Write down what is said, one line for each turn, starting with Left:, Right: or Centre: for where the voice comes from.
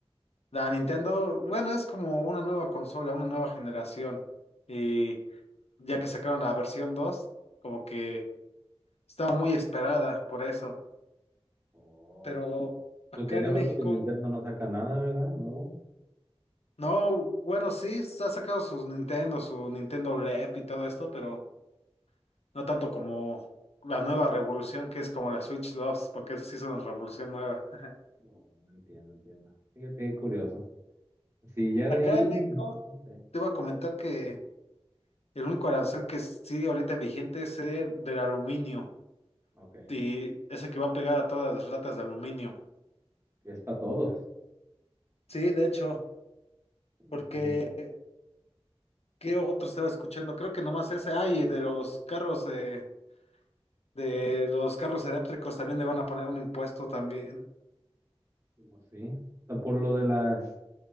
Left: La Nintendo, bueno, es como una nueva consola, una nueva generación. Y ya que sacaron la versión 2, como que estaba muy esperada por eso.
Right: Oh,
Left: Pero
Right: ok.
Left: acá
Right: Pues tiene
Left: en
Right: rato
Left: México,
Right: que Nintendo no saca nada, ¿verdad? Nuevo.
Left: no, bueno, sí, se ha sacado sus Nintendo, su Nintendo LEP y todo esto, pero no tanto como la nueva revolución que es como la Switch dos, porque eso sí es una revolución nueva. <laughs>
Right: Oh, no Entiendo, entiendo. Fíjate qué curioso. Sí, ya
Left: Acá
Right: de ahí, no
Left: en México
Right: sé,
Left: Te iba a comentar que el único arancel que sigue ahorita en vigente es el del aluminio
Right: ok.
Left: y ese que va a pegar a todas las latas de aluminio.
Right: que es para todos.
Left: Sí, de hecho,
Right: Pues
Left: porque
Right: todo. Como-
Left: eh, ¿qué otro estaba escuchando? Creo que nomás ese. Ay, y de los carros de, de los carros eléctricos también le van a poner un impuesto también.
Right: como sí. Está Por lo de las...